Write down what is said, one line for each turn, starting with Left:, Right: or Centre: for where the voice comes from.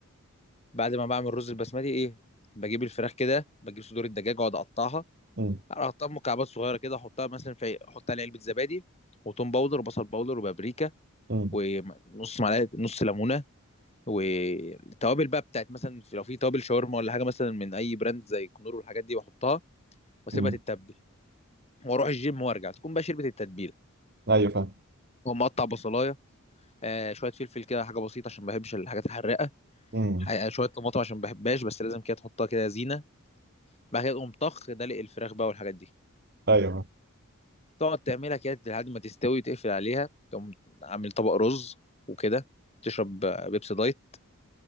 Left: بعد ما بعمل رز البسمتي ايه بجيب الفراخ كده بجيب صدور الدجاج واقعد اقطعها
Right: امم
Left: اقطعها مكعبات صغيره كده احطها مثلا في احط عليها علبه زبادي وتوم باودر وبصل باودر وبابريكا
Right: امم
Left: ونص معلقه نص ليمونه والتوابل بقى بتاعت مثلا في- لو في توابل شاورما ولا حاجه مثلا من اي براند زي كنور والحاجات دي بحطها واسيبها
Right: امم.
Left: تتبل واروح الجيم وارجع تكون بقى شربت التتبيله
Right: ايوه فاهم
Left: واقوم مقطع بصلايه آه شويه فلفل كده حاجه بسيطه عشان ما بحبش الحاجات الحراقه
Right: امم
Left: ح- شويه طماطم عشان ما بحبهاش بس لازم كده تحطها كده زينه بعد كده تقوم طخ دلق الفراخ بقى والحاجات دي
Right: ايوه فاهم.
Left: تقعد تعملها كده لحد ما تستوي وتقفل عليها تقوم عامل طبق رز وكده تشرب آه، بيبسي دايت